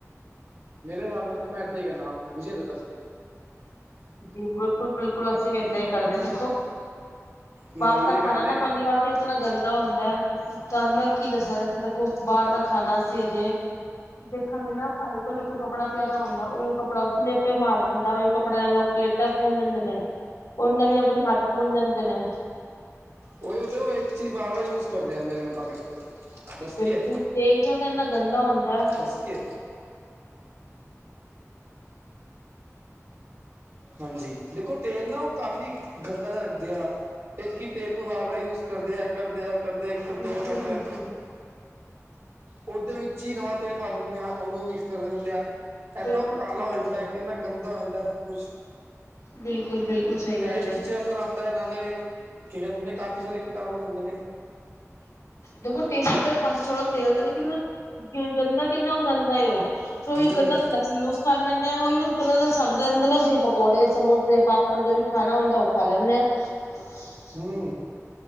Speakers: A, on the right (about 55°); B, on the left (about 70°).
A: ਮੇਰੇ ਹਿਸਾਬ ਨਾਲ ਤੇ ਮੈਂ ਏਦਾਂ ਹੀ ਕਰਨਾ ਵਾ ਬੁਝੀ ਦੱਸ ਕੇ
B: ਜੀ ਬਿਲਕੁਲ ਬਿਲਕੁਲ ਅਸੀਂ ਵੀ ਇੱਦਾਂ ਹੀ ਕਰਦੇ ਦੇਖੋ।
A: ਨੋਰਮਲੀ
B: ਬਾਹਰ ਦਾ ਖਾਣਾ
A: ਗੱਲ
B: ਨਾ
A: ਏ
B: ਪਹਿਲੀ ਗੱਲ ਤੇ ਇਤਨਾ ਗੰਦਾ ਹੁੰਦਾ। ਤੁਹਾਨੂੰ ਮੈਂ ਕੀ ਦੱਸਾਂ ਦੇਖੋ ਬਾਹਰ ਦਾ ਖਾਣਾ ਅਸੀਂ ਅਜੇ ਦੇਖਾਂਗੇ ਨਾ ਭਾਈ ਕੋਲ ਇੱਕ ਕੱਪੜਾ ਪਿਆਦਾ ਹੁੰਦਾ। ਉਹੀ ਕੱਪੜਾ ਉਸ ਉੱਪਰ ਮਾਰ ਦਿੰਦਾ ਉਹੀ ਨਾਲ ਉਹ ਪਲੇਟਾਂ ਪੁੰਨ ਜਾਂਦੇ ਨੇ, ਉਹਨਾਂ ਹੀ ਆਪਣੇ ਹੱਥ ਪੂੰਨ ਜਾਂਦੇ ਨੇ।
A: ਉਹੀ ਉਹ ਇੱਕ ਚੀਜ਼ ਬਾਰ ਬਾਰ ਯੂਜ ਕਰਦੇ ਆ ਮੇਰੇ ਮੁਤਾਬਿਕ। ਦੱਸ
B: ਬਿਲਕੁਲ
A: ਕਿ ਹੈ
B: ਤੇਲ ਵੀ ਉਹਦਾ ਇੰਨਾ ਗੰਦਾ ਹੁੰਦਾ
A: ਦੱਸ ਕਿ ਹੈ। ਹਾਂਜੀ ਦੇਖੋ ਤੇਲ ਨਾ ਉਹ ਕਾਫ਼ੀ ਗੰਦਾ ਜਿਹਾ ਰੱਖਦੇ ਆ। ਇੱਕ ਹੀ ਤੇਲ ਨੂੰ ਵਾਰ ਵਾਰ ਯੂਜ ਕਰਦੇ ਆ ਕਰਦੇ ਆਂ ਕਰਦੇ ਕਰਦੇ
B: ਬਿਲਕੁਲ
A: ਕਰਦੇ ਆ। ਉਹਦੇ ਵਿੱਚ ਹੀ ਨਵਾਂ ਤੇਲ ਪਾ ਦਿੰਦੇ ਆ ਉਹਨੂੰ ਮਿਕਸ ਕਰ ਦਿੰਦੇ ਆ। ਇਦਾਂ
B: ਬਿਲਕੁਲ
A: ਉਹ ਕਾਲਾ
B: ਬਿਲਕੁਲ ਸਹੀ
A: ਹੋ
B: ਗੱਲ
A: ਜਾਂਦਾ
B: ਹੈ
A: ਕਿੰਨਾ ਗੰਦਾ ਹੋ ਜਾਂਦਾ। ਸਭ ਕੁਛ
B: ਬਿਲਕੁਲ ਬਿਲਕੁਲ ਸਹੀ
A: ਟੇਸਟ
B: ਗੱਲ ਹੈ।
A: ਚ ਆਉਂਦਾ ਹੈ ਨਾਲੇ ਕਹਿੰਦੇ ਨੇ ਕਾਫੀ ਸਾਰੇ ਕੀਟਾਣੂ ਹੁੰਦੇ ਨੇ।
B: ਦੇਖੋ ਟੇਸਟ ਵਾਲ ਪਾਸ ਤੇਲ ਦਾ ਲੇਕਿਨ ਕਿਵੇਂ ਗੰਦਾ ਕਿੰਨਾ ਹੋ ਜਾਂਦਾ। ਉਹ ਫਿਰ ਉਹੀ
A: ਹਮ
B: ਗੰਦਾ ਤੇ ਲੱਸੀ ਉਸ ਖਾ ਲੈਂਦੇ ਹਾਂ ਉਹੀ ਉਸ ਗੱਲ ਦਾ ਸਦ ਰਿੰਦੇ ਨਾ ਅਸੀਂ ਪਕੌੜੇ ਸਮੋਸੇ ਪਾਪੜ ਜੋ ਵੀ ਖਾਣਾ ਹੁੰਦਾ ਉਹ ਖਾ ਲੈਂਦੇ ਹਾਂ। <unintelligible>
A: ਹੂੰ,,,